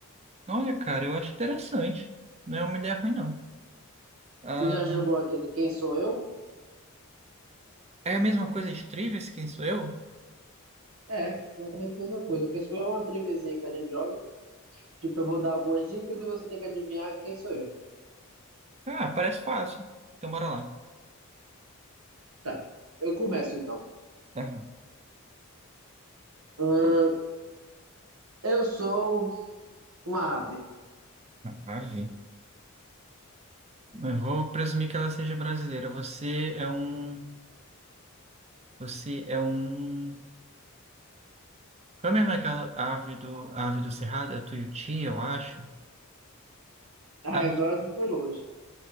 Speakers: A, on the right; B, on the right.
A: Olha, cara, eu acho interessante. Não é uma ideia ruim, não. Ah,
B: Você já jogou aquele Quem Sou Eu?
A: é a mesma coisa de Trivias, quem sou eu?
B: É, exatamente a mesma coisa. O Quem Sou Eu é uma triviazinha que a gente joga. Tipo, eu vou dar algumas dicas e você tem que adivinhar quem sou eu.
A: Ah, parece fácil. Então, bora lá.
B: Tá, eu começo então.
A: Ah,
B: Ahn, eu sou uma ave.
A: maravilha. Eu vou presumir que ela seja brasileira. Você é um... Você é um... Qual é mesmo aquela ave do, a ave do Cerrado? É o tuiuti, eu acho.
B: Ah,
A: Ah,
B: agora você foi longe.